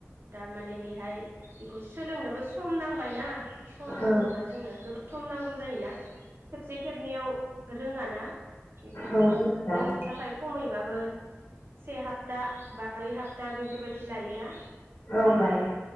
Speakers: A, on the right; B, on the left.
A: दा माने बेहाय बेखौ सोलोंनोबो सम नां बायना। सम
B: औ
A: नांगौना जोंनो गोबा सम नांगौ जायोना? खेबसे खेबनैयाव रोङा ना बेखौ
B: औ दा
A: रोंनो थाखाय खमैबा बो से हाप्ता बा ब्रै हाप्ता बेफोरबायदि लायोना।
B: औ लायो।